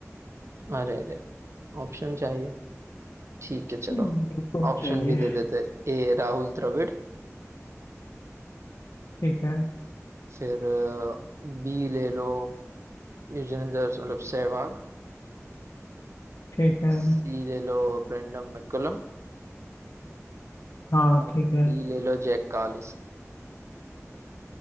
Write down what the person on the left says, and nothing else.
हम्म, बिल्कुल
चाहिए
ठीक है
ठीक है
हाँ
ठीक है